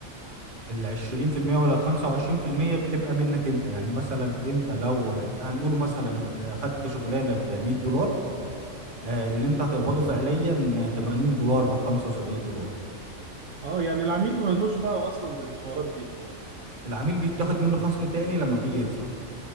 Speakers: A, on the right; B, on the right.
A: ال 20% ولا ال 25% بتبقى منك انت يعني مثلا انت لو هنقوله مثلا آه، خدت شغلانه ب 100 دولار آه، اللي انت هتقبضه فعليا 80 دولار او 75 دولار
B: أه يعني العميل ملهوش دعوة أصلا بالحوارات دي
A: العميل بيتاخد منه خصم تاني لما بيجي يدفع